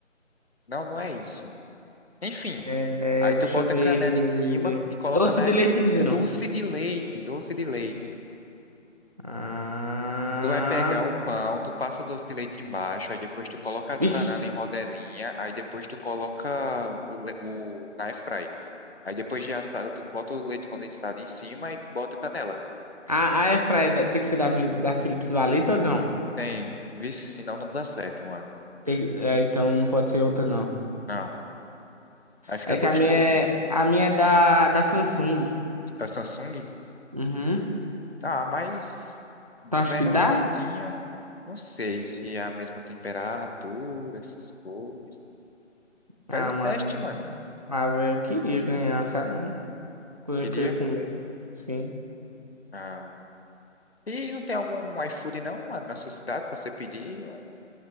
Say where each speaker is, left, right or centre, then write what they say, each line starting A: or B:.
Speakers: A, on the left; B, on the right.
A: Não, não é isso. Enfim,
B: É...
A: aí tu
B: Deixa
A: bota
B: eu ver.
A: canela em cima e coloca
B: Doce
A: na
B: de
A: air-
B: leite ninho.
A: é doce de leite, doce de leite.
B: Ah...
A: Tu vai pegar o pão, tu passa doce de leite embaixo, aí depois tu coloca as
B: Vixe.
A: bananas em rodelinha, aí depois tu coloca o, le- o na air fry. Aí depois de assada tu bota o leite condensado em cima e bota canela.
B: A, a airfryer da- tem que ser da, Vi- da Philips Valeta ou não?
A: Tem, vixe, senão não dá certo, mano.
B: Tem- é, então não pode ser outra, não.
A: Não. Aí fica
B: É
A: gostoso,
B: que a minha é,
A: mano.
B: a minha é da, da Samsung.
A: A Samsung,
B: Uhum.
A: ah, mas vendo
B: Tu acha que dá?
A: direitinho, não sei se é a mesma temperatura, essas coisas.
B: Ah,
A: Faz o teste,
B: mano.
A: mano.
B: Ah, velho, eu queria ganhar, sabe? Coisa
A: Queria.
B: que eu queria comer. Sim.
A: Ah. E não tem algum iFood não, mano, na sua cidade pra você pedir